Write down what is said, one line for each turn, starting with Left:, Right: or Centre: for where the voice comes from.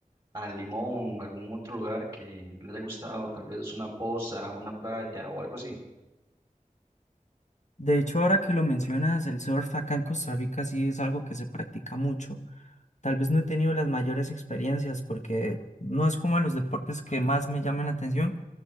Right: a Limón, algún otro lugar que le haya gustado? Tal vez una poza, una playa o algo así.
Left: De hecho, ahora que lo mencionas, el surf acá en Costa Rica sí es algo que se practica mucho. Tal vez no he tenido las mayores experiencias porque no es como de los deportes que más me llaman la atención,